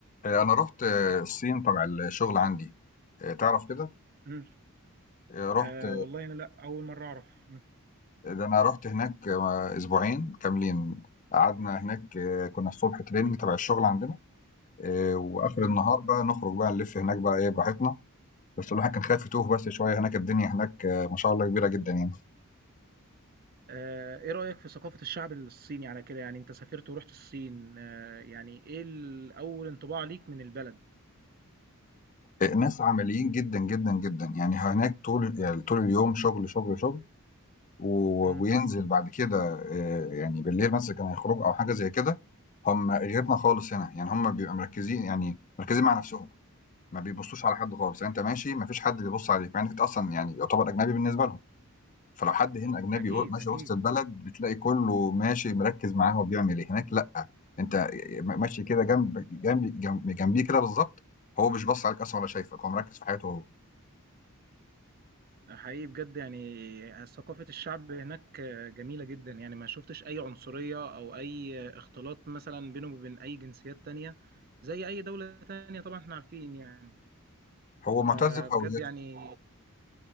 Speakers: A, on the left; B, on the right.
A: آه، انا رحت آه، الصين تبع الشغل عندي آه، تعرف كده
B: امم
A: آه، رحت
B: آه والله انا لا اول مره اعرف امم
A: آه، ده انا رحت هناك آه، اسبوعين كاملين قعدنا هناك آه، كنا الصبح تريننج تبع الشغل عندنا آه، واخر
B: امم
A: النهار بقى نخرج بقى نلف هناك بقى ايه براحتنا بس الواحد كان خايف يتوه بس شويه هناك الدنيا هناك آه، ما شاء الله كبيره جدا يعني
B: آه ايه رايك في ثقافه الشعب الصيني على كده يعني انت سافرت ورحت الصين آه يعني ايه ال- اول انطباع ليك من البلد
A: آه، ناس عمليين جدا جدا جدا يعني هناك طول يعني طول اليوم شغل شغل شغل و
B: امم
A: وينزل بعد كده آآ يعني بالليل مثلًا كانوا هيخرجوا أو حاجة زي كده، هم غيرنا خالص هنا، يعني هم بيبقوا مركّزين يعني مركّزين مع نَفْسهم، ما بيبصّوش على حد خالص، يعني أنت ماشي ما فيش حد بيبُص عليك، مع إنّك أنت أصلًا يعني يُعتبر أجنبي بالنسبة لهم، فلو حد هنا أجنبي
B: اكيد
A: و ماشي
B: اكيد
A: وسط البلد بتلاقي كُلّه ماشي مركّز معاه هو بيعمل إيه، هناك لأ، أنت آآ م ماشي كده جنب جنب جنب جنبيه كده بالضبط، هو مش باص عليك أصلًا ولا شايفك، هو مركّز في حياته هو،
B: حقيقي بجد يعني ثقافه الشعب هناك آه، جميله جدا يعني ما شفتش اي عنصريه او اي اختلاط مثلا بينه وبين اي جنسيات تانية زي اي دوله تانية طبعا احنا عارفين يعني
A: هو مُعتز
B: فبجد
A: بهويته
B: يعني